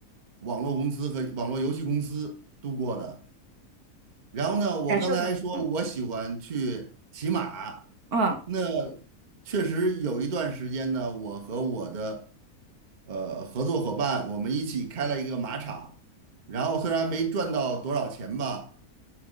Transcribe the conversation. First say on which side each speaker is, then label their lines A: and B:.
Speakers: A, on the right; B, on the right.
A: 网络公司和网络游戏公司度过的。然后呢，我刚才还说我喜欢去骑马，
B: 感受怎么样？嗯。
A: 那确实有一段时间呢，我和我的呃合作伙伴，我们一起开了一个马场，然后虽然没赚到多少钱吧，